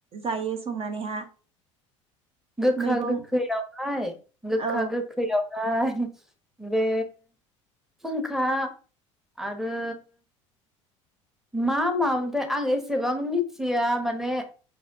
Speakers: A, on the right; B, in the centre.
A: जायो संनानैहा?
B: गोखा
A: मैगं
B: गोखैयावहाय गोखा
A: औ
B: गोखैआव बे फुंखा आरो मा मामोनथाय आं एसेबां मिथिया माने